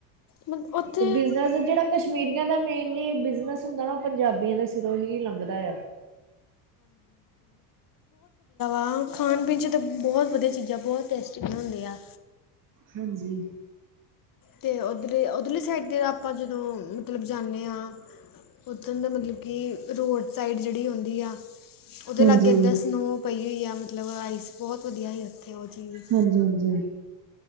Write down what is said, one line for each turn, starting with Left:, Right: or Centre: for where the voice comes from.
Left: ਮਤ ਉੱਥੇ
Right: ਤੇ ਬਿਜਨਸ ਜਿਹੜਾ ਕਸ਼ਮੀਰੀਆਂ ਦਾ ਮੇਨਲੀ ਬਿਜਨਸ ਹੁੰਦਾ ਨਾ ਉਹ ਪੰਜਾਬੀਆਂ ਦੇ ਸਿਰੋਂ ਹੀ ਲੰਘਦਾ ਆ।
Left: ਹਾਂ ਖਾਣ ਪੀਣ 'ਚ ਤਾਂ ਬਹੁਤ ਵਧੀਆ ਚੀਜ਼ਾਂ ਬਹੁਤ ਟੇਸਟੀ ਬਣਾਉਂਦੇ ਆ।
Right: ਹਾਂਜੀ।
Left: ਤੇ ਉਧਰ ਉਧਰਲੀ ਸਾਈਡ ਤੇ ਆਪਾਂ ਜਦੋਂ ਮਤਲਬ ਜਾਂਣੇ ਹਾਂ ਉੱਥੋਂ ਦਾ ਮਤਲਬ ਕਿ ਰੋੜ ਸਾਈਡ ਜਿਹੜੀ ਹੁੰਦੀ ਆ। ਉਹਦੇ
Right: ਹਾਂਜੀ
Left: ਲਾਗੇ ਏਦਾਂ ਸਨੋਅ ਪਈ ਹੋਈ ਆ ਮਤਲਬ ਆਈਸ ਬਹੁਤ ਵਧੀਆ ਹੀ ਉੱਥੇ ਉਹ ਚੀਜ਼
Right: ਹਾਂਜੀ ਹਾਂਜੀ।